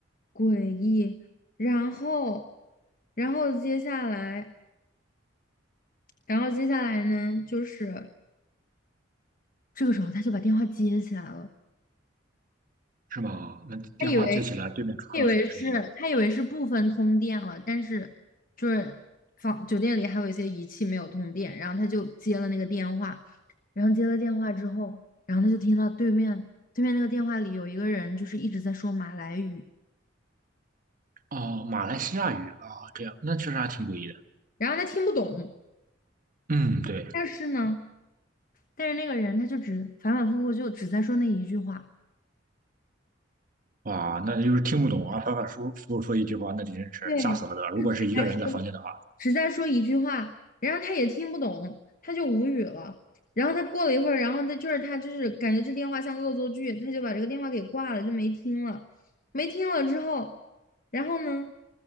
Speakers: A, on the left (about 45°); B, on the right (about 45°).
A: 诡异。然后，然后接下来，然后接下来呢，就是这个时候他就把电话接起来了。
B: 是吗？那电话接起来，
A: 他以为
B: 对面传了什么声音呢？
A: 他以为是他以为是部分通电了，但是就是房酒店里还有一些仪器没有通电，然后他就接了那个电话，然后接了电话之后，然后他就听到对面对面那个电话里有一个人就是一直在说马来语，
B: 哦，马来西亚语啊，这样，那确实还挺诡异的。
A: 然后他听不懂，
B: 嗯，对，
A: 但是呢，但是那个人他就只反反复复就只在说那一句话，
B: 哇，那就是听不懂啊，反反复复说一句话，那真是吓死了的。
A: 对，
B: 如果是一个人在房间的话，
A: 还说只在说一句话，然后他也听不懂，他就无语了。然后他过了一会儿，然后他就是他就是感觉这电话像恶作剧，他就把这个电话给挂了，就没听了。没听了之后，然后呢，